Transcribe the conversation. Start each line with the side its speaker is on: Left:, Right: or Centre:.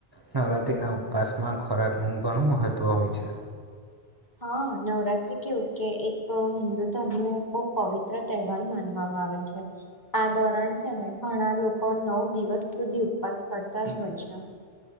Right: નવરાત્રિના ઉપવાસમાં ખોરાકનું ઘણું મહત્ત્વ હોય છે.
Left: હા, નવરાત્રી કેવું કે એક હિન્દુ ધર્મ એક બો પવિત્ર તહેવાર માનવા આવે આવે છે. આ દોરાણ છે ને ઘણા લોકો નવ દિવસ સુધી ઉપવાસ કરતા જ હોય છે.